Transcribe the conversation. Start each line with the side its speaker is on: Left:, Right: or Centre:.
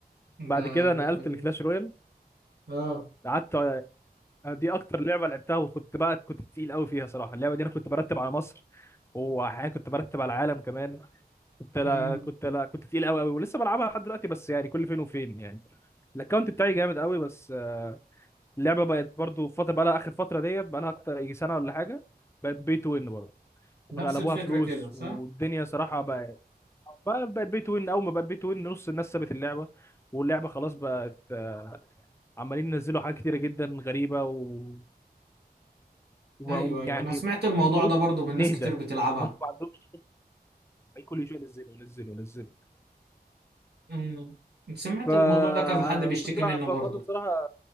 Left: بعد
Right: ده
Left: كده
Right: اللعبه
Left: نقلت
Right: دي
Left: لكلاش رويال
Right: اه
Left: قعدت دي اكتر لعبه لعبتها وكنت بقى كنت تقيل قوي فيها صراحه اللعبه دي انا كنت برتب على مصر واحيانا كنت برتب على العالم كمان كنت لا
Right: مم.
Left: كنت لا كنت تقيل قوي قوي ولسه بلعبها لحد دلوقتي بس يعني كل فين وفين يعني الاكونت بتاعي جامد قوي بس آه، اللعبه بقت برضو في فتره بقى لها اخر فتره ديت بقى لها اكتر يجي سنه ولا حاجه بقت بي تو وين برضه وغلبوها
Right: نفس الفكره
Left: فلوس
Right: كده صح
Left: والدنيا صراحه بقت بقى- بقت بي تو وين اول ما بقت بي تو وين نص الناس سابت اللعبه واللعبه خلاص بقت آه، عمالين ينزلوا حاجات كتيره جدا غريبه و... وبقوا
Right: ايوه ايوه انا سمعت الموضوع
Left: المفروض
Right: ده برضو من
Left: نهدى
Right: ناس كتير بتلعبها
Left: هم ما عندهمش أي كل شويه ينزلوا ينزلوا ينزلوا
Right: مم. سمعت
Left: فكنت
Right: الموضوع ده كذا حد بيشتكي
Left: بقى
Right: منه
Left: فبرضه
Right: برضو
Left: بصراحه